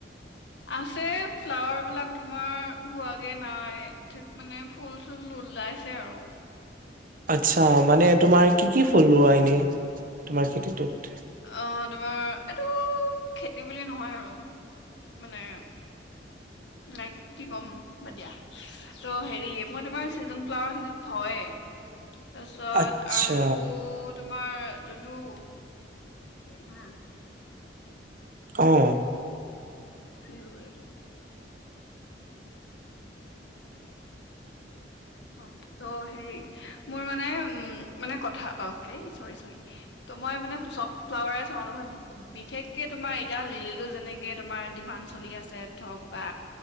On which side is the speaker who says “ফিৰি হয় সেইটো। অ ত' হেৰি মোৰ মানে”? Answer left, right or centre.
Left